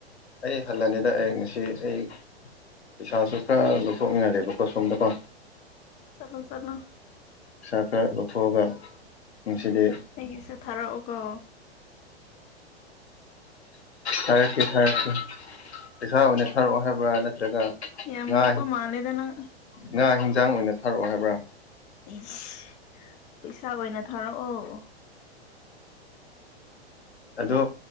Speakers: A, on the left; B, on the left.
A: ꯑꯩ ꯍꯜꯂꯅꯤꯗ ꯑꯩ ꯉꯁꯤ ꯑꯩ ꯄꯩꯁꯥꯁꯨ ꯈꯔ ꯂꯧꯊꯣꯛꯅꯤꯡꯍꯂꯦꯕ ꯂꯀꯣ ꯁꯝꯗꯀꯣ
B: ꯆꯂꯣ ꯆꯠꯂꯣ
A: ꯄꯩꯁꯥ ꯈꯔ ꯂꯧꯊꯣꯛꯑꯒ ꯅꯨꯡꯁꯤꯗꯤ
B: ꯑꯩꯒꯤꯁꯨ ꯊꯥꯔꯛꯑꯣꯀꯣ
A: ꯊꯔꯦꯁꯤ ꯊꯔꯦꯁꯤ ꯄꯩꯁꯥ ꯑꯣꯏꯅ ꯊꯔꯛꯍꯦꯕ꯭ꯔ ꯅꯠꯇ꯭ꯔꯒ
B: ꯌꯥꯝ
A: ꯉꯥ
B: ꯂꯤꯛꯄ ꯃꯥꯜꯂꯦꯗ ꯅꯪ
A: ꯉꯥ ꯌꯦꯤꯟꯖꯥꯡ ꯑꯣꯏꯅ ꯊꯥꯔꯛꯑꯣ ꯍꯥꯏꯕ꯭ꯔꯥ
B: ꯏꯁ ꯄꯩꯁꯥ ꯑꯣꯏꯅ ꯊꯥꯔꯛꯑꯣ
A: ꯑꯗꯨ